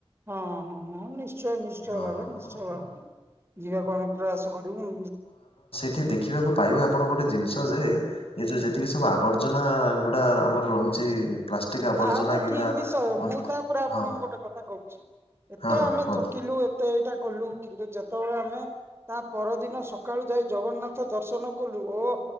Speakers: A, on the right (about 25°); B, on the left (about 65°).
A: ହଁ ହଁ ହଁ ନିଶ୍ଚ ଶ୍ଚୟ ନିଶ୍ଚୟ
B: ହଁ
A: ଭାବରେ
B: ହଁ
A: ନିଶ୍ଚୟ
B: ହଁ ହଁ
A: ଭାବରେ ଯିବାକୁ ଆମେ ପ୍ରୟାସ କରିବୁ।
B: ଏଠି ଦେଖିବାକୁ ପାଇବେ ଆପଣ ଗୋଟେ ଜିନିଷ ଯେ ଏଇ ଯୋଉ ଯେତିକି ସବୁ ଆବର୍ଜନା ଗୁଡା ଆମର ରହୁଛି। ପ୍ଲାଷ୍ଟିକ ଆବର୍ଜନା
A: ତାହା ତ
B: କିମ୍ବା
A: ଠିକ ବିଷୟ ମୁଁ
B: ଅନ୍ୟ
A: ତାପରେ ଆପଣଙ୍କୁ
B: ହଁ
A: ଗୋଟେ କଥା କହୁଛି? ଏତେ
B: ହଁ ହଁ
A: ଆମେ
B: କୁହନ୍ତୁ
A: ଥକିଲୁ ଏତେ ଏଇଟା କଲୁ କିନ୍ତୁ ଯେତେବେଳେ ଆମେ ତା ପରଦିନ ସକାଳୁ ଯାଇ ଜଗନ୍ନାଥ ଦର୍ଶନ କଲୁ ଓଃ।